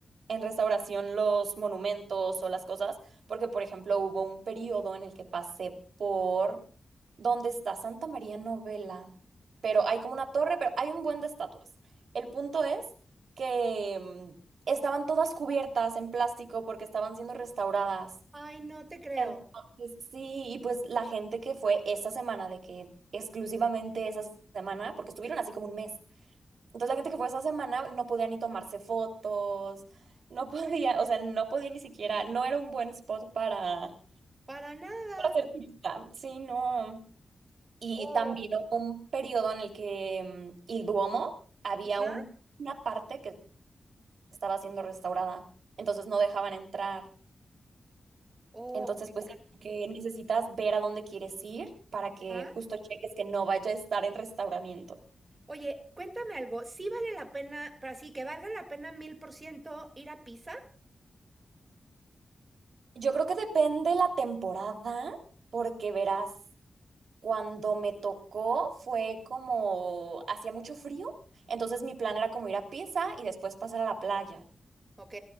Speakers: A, on the right; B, on the right.
A: en restauración los monumentos o las cosas, porque por ejemplo hubo un periodo en el que pasé por donde está Santa María Novela, pero hay como una torre, pero hay un buen de estatuas. El punto es que mm, estaban todas cubiertas en plástico porque estaban siendo restauradas.
B: Ay, no te creo.
A: Entonces, sí, y pues la gente que fue esa semana, de que exclusivamente esa semana, porque estuvieron así como un mes. Entonces la gente que fue esa semana no podía ni tomarse fotos, no <laughs> podía, o sea, no podía ni siquiera, no era un buen spot para,
B: Para nada.
A: para ser turista. Sí, no. Y
B: Oh,
A: también hubo un periodo en el que mm, el Duomo había
B: ajá.
A: un- una parte que estaba siendo restaurada, entonces no dejaban entrar.
B: Oh,
A: Entonces,
B: qué
A: pues sí, que necesitas ver a dónde quieres ir para que
B: carajo.
A: justo cheques que no vaya a estar en restauramiento.
B: Oye, cuéntame algo, ¿sí vale la pena, para sí que valga la pena mil por ciento ir a Pisa?
A: Yo creo que depende la temporada, porque verás. Cuando me tocó fue como hacía mucho frío, entonces mi plan era como ir a Pisa y después pasar a la playa.
B: Ok,